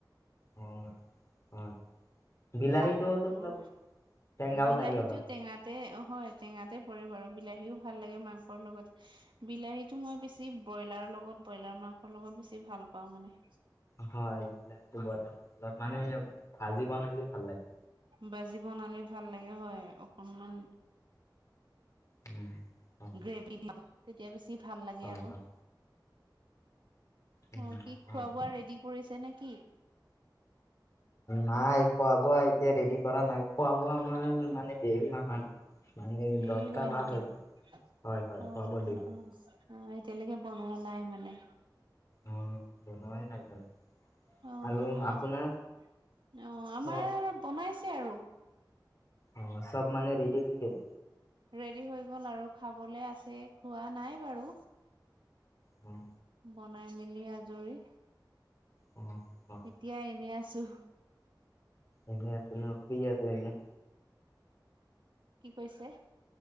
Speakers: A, on the left; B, on the right.
A: অ হয়। বিলাহীটোতো
B: শাক বোৰ,
A: অলপ টেঙাও
B: বিলাহীটো
A: লাগে অলপ
B: টেঙাত তে হয়, টেঙাতে পৰে বাৰু। বিলাহীও ভাল লাগে মাংসৰ লগত। বিলাহীটো মই বেছি ব্ৰইলাৰৰ লগত, ব্ৰইলাৰ মাংসৰ লগত বেছি ভাল পাওঁ মানে।
A: হয় বিলাহীটো ভজা মাংসৰ লগত, মানে ভাজি বনালি ভাল লাগে।
B: ভাজি বনালে ভাল লাগে হয়। অকনমান
A: উম। হয়,
B: গ্ৰেভি <unintelligible> তেতিয়া বেছি ভাল লাগে
A: হয়,
B: আৰু।
A: হয়। উম,
B: অ', কি
A: হয়।
B: খোৱা-বোৱা ৰেডি কৰিছে নে কি?
A: নাই, খোৱা-বোৱা এতিয়া ৰেদি কৰা নাই। খোৱা-বোৱা আমাৰ মানে দেৰি হয় মানে। মানে
B: দেৰি
A: দহটা
B: হয়
A: পাৰ
B: নেকি?
A: হৈ যায়
B: অ
A: হয়, হয় খোৱা বোৱা দেৰি হয়।
B: অ। অ', এতিয়ালৈকে বনোৱা নাই মানে?
A: অ', বনোৱাই নাই এতিয়ালৈকে।
B: অ অ।
A: আৰু আপোনাৰ
B: আমাৰ
A: খোৱা
B: বনাইছে আৰু।
A: অ, সব মানে ৰেডি হৈ গেল?
B: ৰেডি হৈ গ'ল আৰু খাবলে আছে খোৱা নাই বাৰু।
A: উম।
B: বনাই মেলি আজৰি।
A: অ হয়।
B: এতিয়া এনেই আছোঁ।
A: এনে আছে ন ফ্ৰী আছে এনে
B: কি কৈছে?